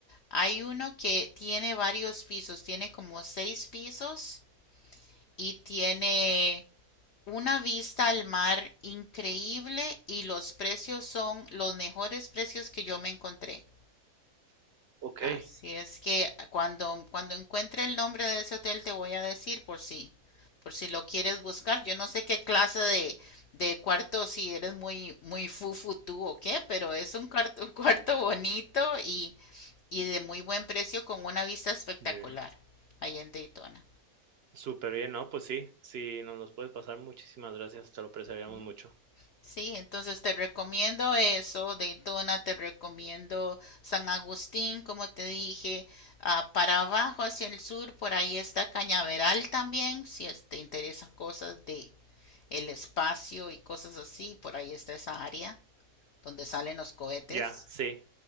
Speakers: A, on the left; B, on the right.
A: hay uno que tiene varios pisos, tiene como seis pisos y tiene una vista al mar increíble y los precios son los mejores precios que yo me encontré.
B: Ok,
A: Así es que cuando, cuando encuentre el nombre de ese hotel te voy a decir por si, por si lo quieres buscar. Yo no sé qué clase de, de cuarto, si eres muy, muy fufu tú o qué, pero es un cuarto, un cuarto bonito y, y de muy buen precio con una vista espectacular
B: muy bien.
A: ahí en Daytona.
B: Súper bien, ¿no? Pues sí, si nos los puedes pasar, muchísimas gracias, te lo apreciaríamos
A: Ujú.
B: mucho.
A: Sí, entonces te recomiendo eso, Daytona, te recomiendo San Agustín, como te dije, ah, para abajo hacia el sur, por ahí está Cañaveral también, si es- te interesan cosas de el espacio y cosas así, por ahí está esa área donde salen los cohetes.
B: Ya, sí,